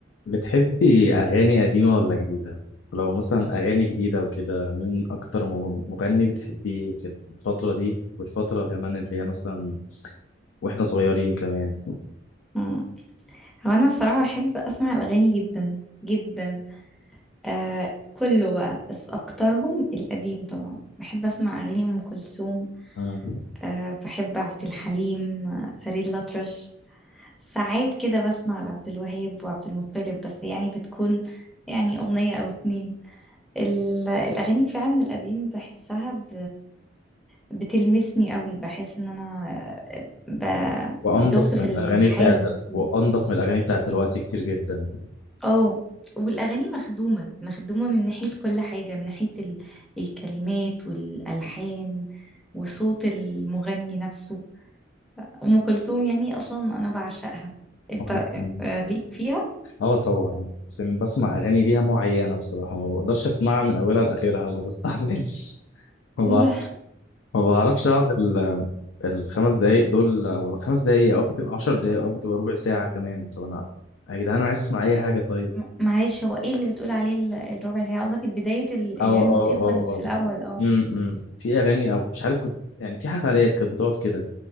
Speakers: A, on the left; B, in the centre.
A: بتحبي أغاني قديمة ولا جديدة؟ ولو مثلا أغاني جديدة وكده مين أكتر م- مغني بتحبيه في الفترة دي والفترة كمان اللي هي مثلا وإحنا صغيرين كمان
B: مم. هو انا الصراحه بحب اسمع الاغاني جدا جدا آه كله بقى بس اكترهم القديم طبعا بحب اسمع اغاني ام كلثوم
A: آه.
B: آه بحب عبد الحليم آه، فريد الأطرش ساعات كده بسمع لعبد الوهاب وعبد المطلب بس يعني بتكون يعني اغنيه او اتنين ال- الاغاني فعلا القديم بحسها ب... بتلمسني قوي بحس ان انا آه، ب...
A: وأنضف
B: بتوصف
A: من
B: ال-
A: الأغاني
B: الحاله
A: بتاعت دل-
B: اللي انا فيها
A: وأنضف من الأغاني بتاعت دلوقتي كتير جدا
B: اه والاغاني مخدومه مخدومه من ناحيه كل حاجه من ناحيه ال... الكلمات والالحان وصوت المغني نفسه ام كلثوم يعني اصلا انا بعشقها انت
A: وال- م-
B: آه، ليك فيها
A: آه طبعا بس أنا بسمع أغاني ليها معينة بصراحة ما بقدرش أسمعها من أولها لآخرها ما بستحملش ما بع-
B: ايه ده
A: ما بعرفش أقعد الخمس دقايق دول او الخمس دقايق او بتبقى عشر دقايق او بتبقى ربع ساعة كمان طب انا يا جدعان انا عايز اسمع اي حاجة طيب
B: م- معلش هو ايه اللي بتقول عليه ال- الربع ساعه قصدك البدايه ال-
A: اه
B: اللي هي الموسيقى
A: اه اه
B: اللي
A: اه
B: في الاول اه
A: امم إمم. في اغاني او مش عارف كنت يعني في حفلات كانت بتقعد كده